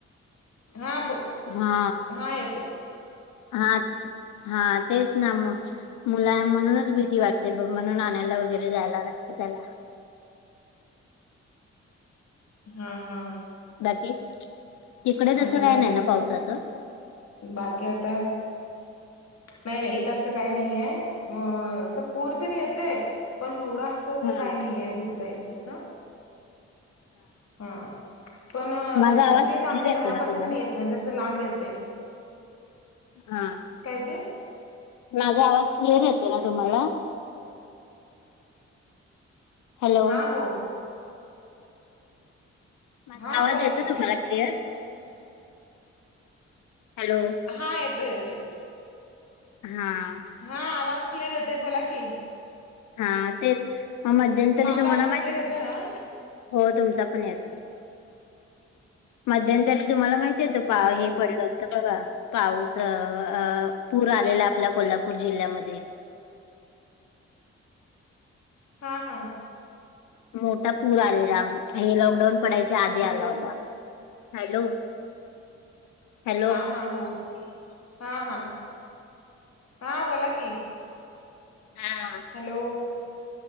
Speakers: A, on the left; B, on the left.
A: हां बो
B: हा
A: हा येतोय.
B: हा हा तेच ना मग मुला म्हणूनच भीती वाटते बघ म्हणून आणायला वगैरे जायला लागतं त्याला
A: हा हा.
B: बाकी तिकडे
A: आणि
B: तसं काय नाही
A: मग
B: ना पावसाचं
A: बाकी आता नाही नाही इथं असं काही नाहीये. असं पूर तर येतंय पण एवढा असं तेवढं
B: हा
A: काही नाहीये भीतीदायक तसं हा पण
B: माझा आवाज
A: म्हणजे इथं
B: क्लिअर
A: आमच्या
B: येतो
A: घरापाशी
B: ना तुम्हाला
A: पण ये जस जस लांब येतय
B: हा.
A: काय ते?
B: माझा आवाज क्लिअर येतोय ना तुम्हाला? हॅलो.
A: हा हो.
B: माझा
A: हा
B: आवाज
A: बोला
B: येतो
A: की
B: तुम्हाला क्लिअर? हॅलो.
A: हा येतोय येतोय.
B: हा.
A: हा आवाज क्लियर येतोय बोला की
B: हा तेच मग मध्यंतरी
A: माझा
B: तुम्हाला
A: आवाज
B: माहित
A: क्लिअर येतोय ना
B: हो तुमचा पण येतो. मध्यंतरी तुम्हाला माहिती <unintelligible>
A: हा हा
B: हे
A: बोला
B: पडलं
A: की
B: होत बघा पाऊस अह अह पूर आलेला आपल्या कोल्हापूर जिल्ह्यामध्ये
A: हां हां.
B: मोठा पूर आलेला आणि लॉकडाऊन पडायच्या आधी
A: हॅलो
B: आला होता. Hello hello.
A: हां हां हो हां हां. हां बोला की
B: हा.
A: हॅलो.